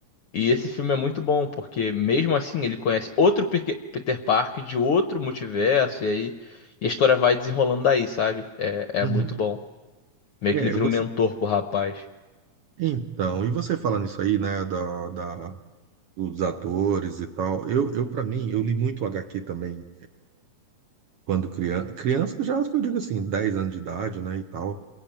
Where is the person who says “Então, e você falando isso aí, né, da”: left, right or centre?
Right